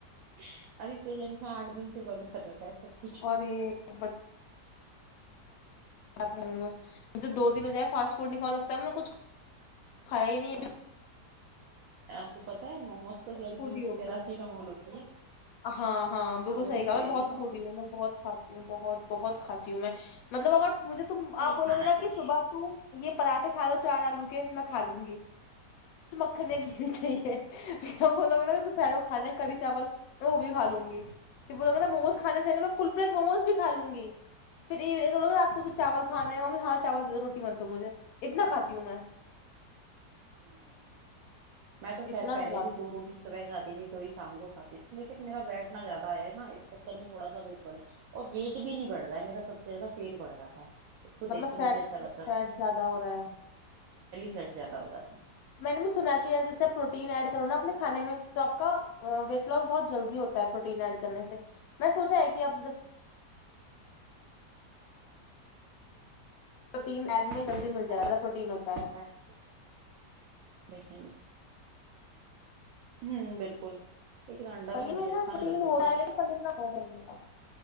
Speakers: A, on the right; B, on the left.
A: <unintelligible> ابھی پرزینٹ میں آٹ دن سے بند کر رکھ ہے سب کچھ
B: اور یہ ب موموز مجھے دو دن ہو جائے فاسٹ فوڈ نہیں کا لگتا ہے کچھ کھایا ہی نہیں ابھی
A: آپ کو پتاہ ہے موموز تو لڑکیوں
B: فوڈی
A: کی
B: ہو
A: پیراسیٹامول
B: گئی ہوں
A: ہوتی ہے
B: ہاں ہاں بالکل
A: وہی
B: صحی
A: تو
B: کاا میں
A: کہہ
B: بہت
A: رہی
B: فوڑی ہوں میں بہت کھاتی ہوں بہت بہت کاتی ہوں میں مطلب اگر مجھے تم
A: نہیں
B: آپ بولو
A: کھانا
B: گے نا
A: چاہیے
B: کہ صبح ت یہ پراٹھے کھا لو چار آلو کے میں کھا لوں گی مکھنیاں گھی چاہیے وہ لوے نا کہ پہل کھانا ہے کڑی چاول میں وہ بھی کھا لوں گی پھر ب لوگے نا موموز کھانے چاہے میں فل پلیٹ موموز بھی کھا لوں گی پھرون رات کی چاول کھانا ہے ہاں چاول دے دو روٹی بنتا مجھے اتنا کھاتی ہوں میں
A: <inaudible> نہیں میں تو خیر
B: اتنا
A: پہلے
B: زیادہ
A: بھی دو روٹی سبح کھی ت دو ہی شام کو کھاتی تھی لیکن میرا بیٹھنا زیادہ ہے نا اس چکر میں تھوڑا سا ویٹ بڑھے اور ویٹ بھی نہیں بڑھ رہا ہے میرا سب سے زیادہ پیٹ بڑھ رہا تھا اس کو
B: مطلب
A: دیکھ کے
B: فیٹ
A: مجھے ایسا لگتا
B: فیٹ
A: تھا
B: زیادہ ہو رہا ہے
A: سٹ زیاہ ہوتاا <unintelligible>
B: میں نے بھی سنا کہ جیسے آپ پروٹین ایڈ کرو نا اپنے کھان میں تو آپ کا ویٹ لاس بہت جلدی ہوتا ہے پروٹین ایڈ کرنے سے میں سوچا ہے کہ آپ تو تین ایگ میں <unintelligible>
A: <inaudible>
B: جائے زیادہ پروٹین ہوتا ہے
A: ہوں بالکل لیکن انڈا
B: پی
A: تو مجھے
B: میں نا
A: اچھا نہیں
B: پین
A: لگتا
B: ہو
A: کیوں
B: رہا ہے لیکن پند بہت جیا تھا